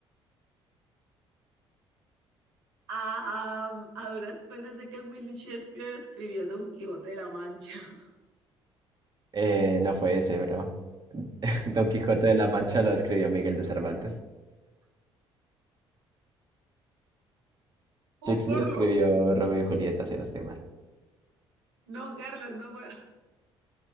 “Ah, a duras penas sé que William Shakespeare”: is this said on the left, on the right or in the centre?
Right